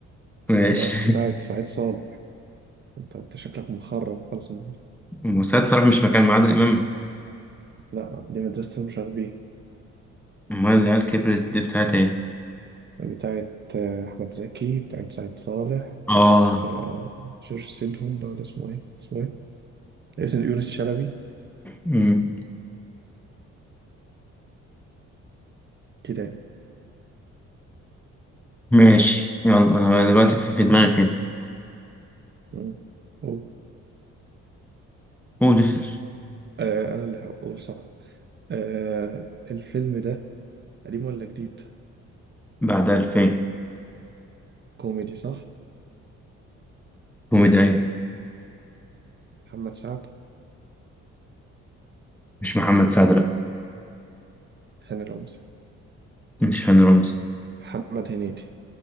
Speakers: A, in the centre; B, on the right.
A: ماشي
B: لا
A: <laughs>
B: بتاعت سعيد صالح انت انت شكلك مخرب خالص النهاردة.
A: وسيد صلاح مش مكان مع عادل إمام
B: لا دي مدرسة المشاغبين
A: أمال العيال كبرت دي بتاعت إيه؟
B: بتاعت آه، أحمد زكي بتاعت سعيد صالح
A: آه
B: بتاعت آه، جورج سيدهم ده ولا اسمه ايه اسمه ايه اسم يونس شلبي
A: مم.
B: كده يعني
A: ماشي يلا أنا دلوقتي في في دماغي فيلم
B: مم. قول.
A: هو ديسل
B: آه أنا اللي هقول صح آه الفيلم ده قديم ولا جديد
A: بعد 2000
B: كوميدي صح
A: كوميدي أيوة
B: محمد سعد
A: مش محمد سعد لأ
B: هاني رمزي
A: مش هاني رمزي
B: محمد هنيدي